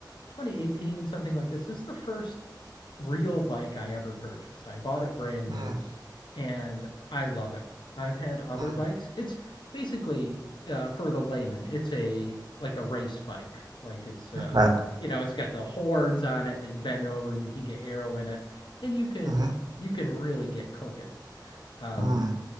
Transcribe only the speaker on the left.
2018, something like this. This is the first real bike I ever purchased. I bought it brand new,
and I love it. I've had other
bikes. It's basically uh, for the layman, it's a like a race bike. Like it's uh,
you know, it's got the horns on it that you bend over and you can get arrow in it, and you can
you can really get cooking. Um,